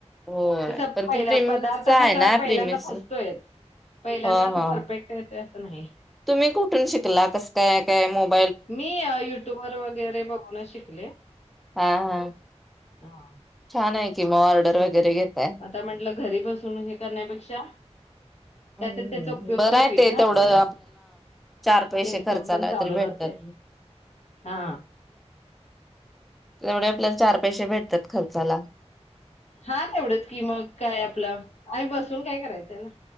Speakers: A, in the centre; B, on the left.
A: होय
B: कस
A: पण
B: पहिला
A: ते प्रिमिक्सच
B: पदार्थ
A: आहे
B: कस
A: ना
B: त पहिल्यांदा
A: प्रिमिक्स
B: फसतोयच पहिल्यांदा
A: हा
B: अस
A: हा
B: परफेक्ट येतय अस नाही.
A: तुम्ही कुठून शिकला कस काय काय मोब
B: मी युट्यूबर वगैरे बघुनंच शिकले.
A: हा हा
B: हा
A: छान आहे. की मग ऑर्डर
B: म त्यात
A: वगैरे घेताय
B: म आता म्हंटलं घरी बसून हे करण्यापेक्षा काहीतरी
A: हम्म
B: त्याचा उपयोग
A: बरं
B: तरी
A: आहे
B: होईल
A: ते
B: ना
A: तेवढं
B: आपल्याला
A: चार पैसे
B: इन्कम
A: खर्चाला
B: पण चालू
A: तरी भेटतात.
B: राहतय हा
A: त्यामुळे आपल्याला चार पैसे भेटतात खर्चाला
B: हा तेवढंच की मग काय आपलं आणि बसून काय करायचंय ना